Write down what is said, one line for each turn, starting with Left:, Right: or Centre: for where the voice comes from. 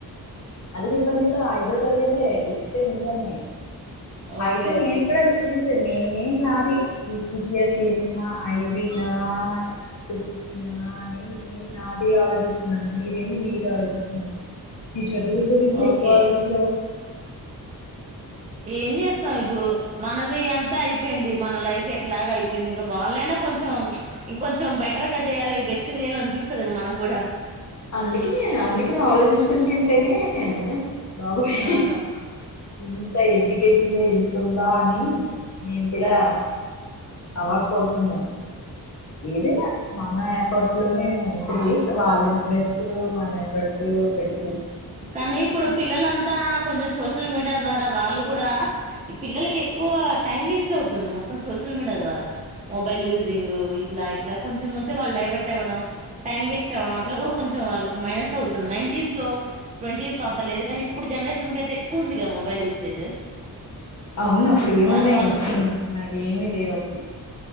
Left: అదే చెప్పను కదా <inaudible> తరగతే ఫిఫ్తే ఇంకానే ప
Right: ఓకే
Left: <unintelligible> అయితే
Right: ఓకే
Left: నేను కూడా నిప్పించను న నేను నాది యూపీఎస్సీ నా ఐబీ నా జీనా అని నేను నాది ఆలోచిస్తున్నాను మీరేం మీది ఆలోచిస్తు చదువు గురించి
Right: ఓకే
Left: ఎక్కువ ఆలోచించ అ
Right: ఏం చేస్తావ్ ఇప్పుడు, మనది అంత అయిపోయింది లైఫ్ ఎట్లాగో చేయాలి అయిపోయింది, ఇంక వాళ్ళైనా కొంచెం ఇంకొంచెం బెటర్గా చేయాలి బెస్ట్ చేయ్యాలి అనిపిస్తుంది ఇ మనకు కూడా
Left: అందుకనే అందుకనే ఆలోచిస్తుంటుంటేనే బాబోయి
Right: ఆ
Left: ఇ ఎడ్యుకేషన్ లో ఇంతుందా అని నేను కూడా అవాక్ అవుతున్నాను ఏదనా మన ఎఫట్ లోనే ఉంటుంది వాళ్ళ ఇంట్రెస్ట్ మన ఎఫర్ట్ పెట్టు
Right: కానీ ఇప్పుడు పిల్లలంతా కొంచెం సోషల్ మీడియా ద్వారా వాళ్ళు కూడా, ఈ పిల్లలకి ఎక్కువ టైం వేస్ట్ అవుతుంది మొత్తం సోషల్ మీడియా ద్వారా, మొబైల్ యూజింగ్ ఇట్లా ఇట్లా కొంచెం కొంచెం వాళ్ళు డైవర్ట్ అవ్వడం, టైం వేస్ట్ అవ్వడం అట్లా కూడా కొంచెం వాళ్ళకి మైనస్ అవుతుంది నైన్ంటస్ లో ట్వంటీస్లో అంతలేదు గాని, ఇప్పుడు జనరేషన్ అయితే ఎక్కువ ఉందిగా మొబైల్ యూసేజ్
Left: అవును అప్పుడు ఏమున్నాయి
Right: దాని వల్ల
Left: నాకేమి లేవు అసలు